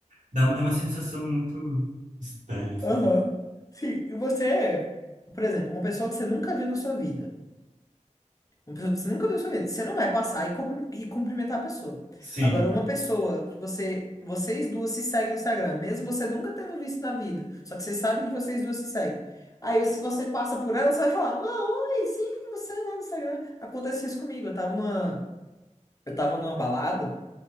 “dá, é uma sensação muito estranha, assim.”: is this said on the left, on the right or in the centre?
Right